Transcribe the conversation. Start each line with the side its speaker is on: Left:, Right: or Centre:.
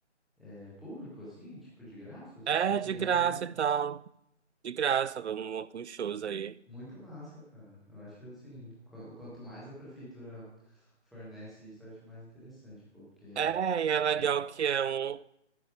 Centre: é público, assim? Tipo, de graça? Você
Right: É,
Centre: só chegar
Right: de graça
Centre: aí.
Right: e tal. De graça, vamos para os shows aí.
Centre: Muito massa, cara. Eu acho, assim, qu- quanto mais a prefeitura fornece isso, eu acho mais interessante, pô, porque.
Right: É, e é legal
Centre: É
Right: que é um.